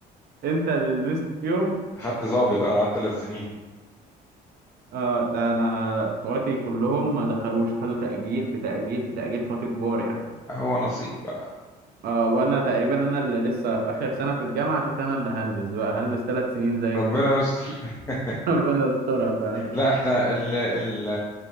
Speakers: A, on the right; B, on the left.
A: انت اللي لبست فيهم
B: خدت ضابط اه قعدت ثلاث سنين
A: اه ده انا اخواتي كلهم ما دخلوش خدوا تأجيل في تأجيل في تأجيل خاطي كبار يعني
B: هو نصيب بقى
A: اه وانا تقريبا انا اللي لسه في اخر سنه في الجامعه عشان كده انا اللي هلبس بقى هلبس ثلاث سنين زيك
B: ربنا
A: كده
B: يستر <laughs>
A: <laughs> ربنا يسترها فعلا
B: لا احنا ال ال